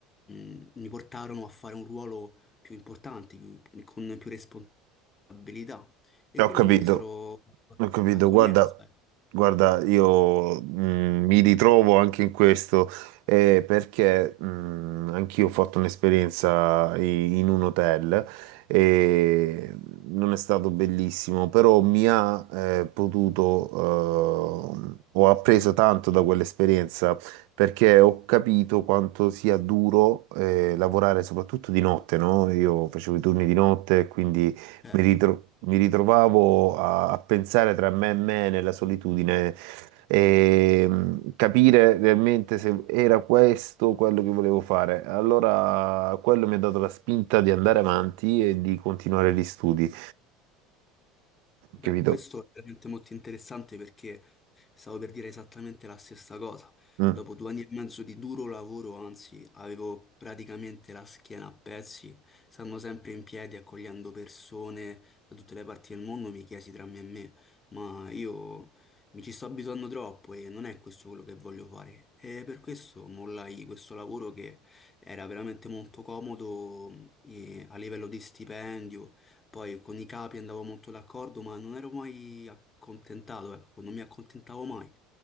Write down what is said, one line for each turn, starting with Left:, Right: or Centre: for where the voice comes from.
Left: mh, mi portarono a fare un ruolo più importante, più- con più responsabilità. E
Right: ho
Left: quindi
Right: capito.
Left: mi misero
Right: Ho capito,
Left: accoglienza,
Right: guarda,
Left: ecco,
Right: guarda, io mh, mi ritrovo anche in questo eh, perché mh, anch'io ho fatto un'esperienza i- in un hotel e non è stato bellissimo, però mi ha eh, potuto, eh, ho appreso tanto da quell'esperienza perché ho capito quanto sia duro eh, lavorare soprattutto di notte, no? Io facevo i turni di notte, quindi
Left: certo.
Right: mi ritro- mi ritrovavo a, a pensare tra me e me nella solitudine e mh, capire realmente se era questo quello che volevo fare. Allora, quello mi ha dato la spinta di andare avanti e di continuare gli studi.
Left: Beh,
Right: Capito?
Left: questo è veramente molto interessante perché stavo per dire esattamente la stessa cosa.
Right: Mm,
Left: Dopo due anni e mezzo di duro lavoro, anzi, avevo praticamente la schiena a pezzi, stando sempre in piedi, accogliendo persone da tutte le parti del mondo, mi chiesi tra me e me, ma io mi ci sto abituando troppo e non è questo quello che voglio fare. E per questo mollai questo lavoro che era veramente molto comodo eh, a livello di stipendio poi con i capi andavo molto d'accordo, ma non ero mai accontentato, ecco, non mi accontentavo mai.